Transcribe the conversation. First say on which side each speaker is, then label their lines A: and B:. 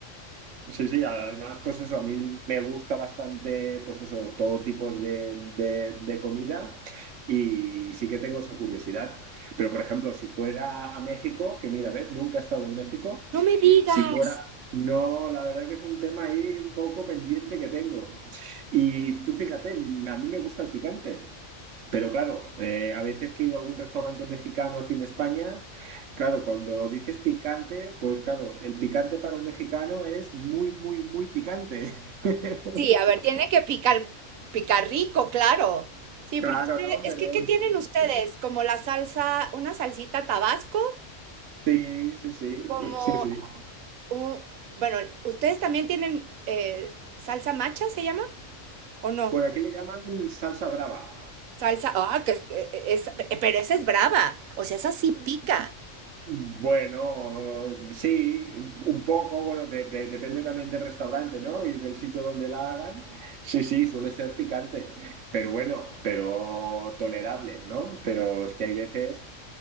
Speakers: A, on the right; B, on the right.
A: Sí, sí, además, pues eso, a mí me gusta bastante, pues eso, todo tipo de, de- de comida y sí que tengo esa curiosidad. Pero, por ejemplo, si fuera a México, que mira, a ver, nunca he estado en México,
B: No me digas.
A: si fuera, no, la verdad que es un tema ahí un poco pendiente que tengo. Y tú fíjate, a mí me gusta el picante. Pero claro, eh, a veces que he ido a algún restaurante mexicano aquí en España, claro, cuando dices picante, pues claro, el picante para un mexicano es muy, muy, muy picante. <laughs>
B: Sí, a ver, tiene que picar, picar rico, claro. Sí,
A: Claro,
B: porque usted-
A: ¿no?
B: es
A: Pero
B: que, ¿qué tienen ustedes? Como la salsa, una salsita Tabasco,
A: sí, sí, sí,
B: como,
A: sí, sí.
B: un- bueno, ¿ustedes también tienen eh, salsa macha, se llama? ¿O no?
A: Bueno, aquí le llaman salsa brava.
B: Salsa, ah, que es, eh, eh, es- eh, pero esa es brava, o sea, esa sí pica.
A: Bueno, sí, un, un poco, bueno, de- de- depende también del restaurante, ¿no? Y del sitio donde la hagan. Sí, sí, suele ser picante, pero bueno, pero tolerable, ¿no? Pero es que hay veces